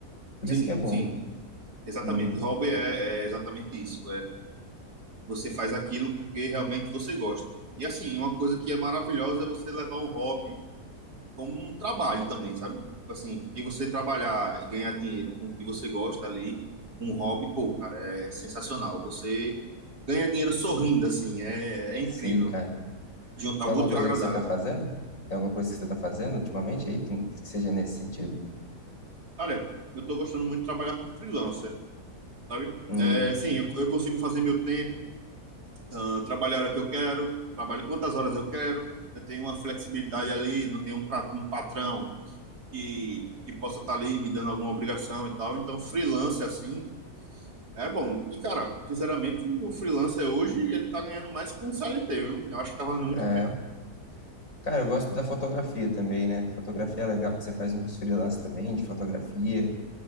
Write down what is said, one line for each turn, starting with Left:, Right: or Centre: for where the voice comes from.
Left: Por
Right: Sim,
Left: isso que é bom.
Right: sim, exatamente.
Left: Uhum.
Right: Hobby é, é exatamente isso. você faz aquilo porque realmente você gosta. E assim, uma coisa que é maravilhosa é você levar um hobby como um trabalho também, sabe? Tipo assim, porque você trabalhar e ganhar dinheiro com o que você gosta ali, um hobby, pô, cara, é sensacional. Você ganha dinheiro sorrindo, assim, é, é incrível.
Left: Sim, cara.
Right: Juntar
Left: Tem
Right: o
Left: alguma
Right: útil
Left: coisa
Right: ao agradável.
Left: que você tá fazendo? Tem alguma coisa que você tá fazendo ultimamente aí que, que seja nesse sentido?
Right: Olha, eu tô gostando muito de trabalhar com freelancer, sabe?
Left: Hum,
Right: É, sim, eu, eu consigo fazer meu tempo, ah, trabalhar a hora que eu quero, trabalho quantas horas eu quero, eu tenho uma flexibilidade ali, não tenho um, pra- um patrão, que, que possa estar ali me dando alguma obrigação e tal. Então, freelance assim é bom. E, cara, sinceramente, o freelancer hoje ele tá ganhando mais que um CLT, viu? Eu acho que tá valendo muito
Left: é.
Right: a pena.
Left: Cara, eu gosto da fotografia também, né? Fotografia é legal, que você faz uns freelance também de fotografia.